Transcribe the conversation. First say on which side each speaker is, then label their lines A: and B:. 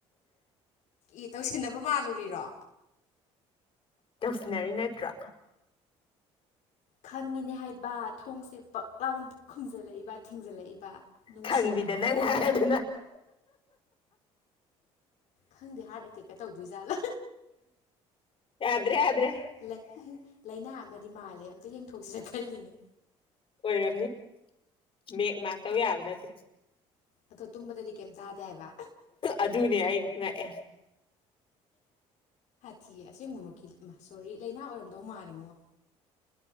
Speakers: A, on the left; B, on the left.
A: ꯏ ꯇꯧꯁꯤꯟꯅꯕ ꯃꯥꯜꯂꯨꯔꯤꯔꯣ
B: ꯇꯧꯁꯤꯟꯅꯔꯤ ꯅꯠꯇ꯭ꯔꯥ
A: ꯈꯪꯉꯤꯅꯦ ꯍꯥꯏꯕ ꯊꯣꯡꯁꯦ ꯄꯛꯂꯥꯎ ꯈꯨꯝꯖꯤꯜꯂꯛꯏꯕ ꯊꯤꯡꯖꯤꯜꯂꯛꯏꯕ ꯅꯨꯡꯁꯤꯠꯅ
B: ꯈꯪꯕꯤꯗꯅ ꯉꯥꯏꯗꯅ
A: ꯈꯪꯗꯦ ꯍꯥꯔꯠ ꯑꯦꯇꯦꯛꯀ ꯇꯧꯗꯣꯏꯖꯥꯠꯂ
B: ꯌꯥꯗ꯭ꯔꯦ
A: ꯂꯩ
B: ꯌꯥꯗ꯭ꯔꯦ
A: ꯂꯩ ꯂꯥꯏꯅꯥ ꯑꯃꯗꯤ ꯃꯥꯜꯂꯦ ꯑꯝꯇ ꯌꯦꯡꯊꯣꯛꯁꯤꯔ ꯈꯜꯂꯤꯅꯦ
B: ꯑꯣꯏꯔꯝꯅꯤ ꯃꯦꯛ ꯉꯥꯛꯇꯧ ꯌꯥꯕ ꯅꯠꯇꯦ
A: ꯑꯗꯣ ꯇꯨꯝꯕꯗꯗꯤ ꯀꯩꯝ ꯇꯥꯗꯦ ꯍꯥꯏꯕ
B: ꯑꯗꯨꯅꯦ ꯑꯩ ꯉꯑ
A: ꯊꯤꯌꯦ ꯑꯁꯦꯡꯕꯃꯛꯀꯤ ꯁꯣꯔꯤ ꯂꯥꯏꯅꯥ ꯑꯣꯏꯔꯝꯗꯧ ꯃꯥꯜꯂꯤꯉꯣ